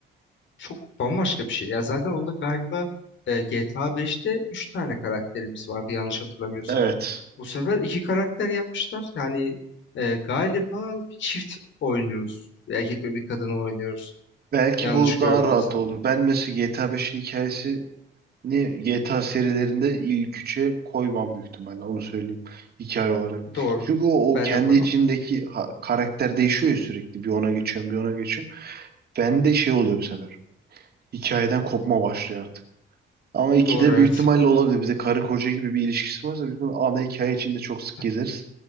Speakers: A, on the left (about 70°); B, on the right (about 50°).
A: Çok bambaşka bir şey. Ya zaten onda galiba e, GTA 5'te 3 tane karakterimiz vardı yanlış hatırlamıyorsam.
B: Evet.
A: Bu sefer iki karakter yapmışlar. Yani e, galiba bir çift oynuyoruz. Bir erkek ve bir kadını oynuyoruz.
B: Belki
A: Yanlış
B: bu
A: görmediysem.
B: daha rahat olur. Ben mesela GTA 5'in hikayesini GTA serilerinde ilk üçe koymam büyük ihtimalle. Onu söyleyeyim. Hikaye olarak.
A: Doğru.
B: Çünkü o, o
A: Ben
B: kendi
A: de koymam.
B: içindeki ha- karakter değişiyor ya sürekli. Bir ona geçiyorum, bir ona geçiyorum. Ben de şey oluyor bu sefer. Hikayeden kopma başlıyor artık. Ama ikide
A: Doğru evet.
B: büyük ihtimalle olabilir. Bir de karı koca gibi bir ilişkisi varsa büyük ihtimalle ana hikaye içinde çok sık
A: <laughs>
B: gezeriz.